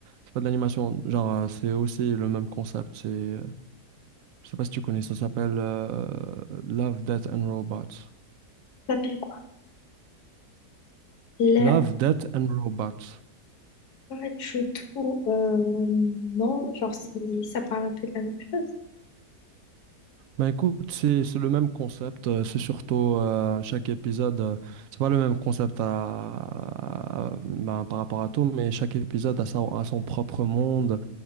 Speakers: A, on the right; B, on the left.
A: C'est pas de l'animation, genre euh, c'est aussi le même concept. C'est, euh, je sais pas si tu connais, ça s'appelle euh, Love, Death and Robots.
B: Ça s'appelle quoi? La...
A: Love, Death and Robots.
B: Pas du tout. euh, non, genre, c'est- ça parle un peu de la même chose.
A: Ben écoute, c'est c'est le même concept. euh, C'est surtout euh, chaque épisode, euh, c'est pas le même concept à, à- ben, par rapport à tout, mais chaque épisode a, sa- a son propre monde.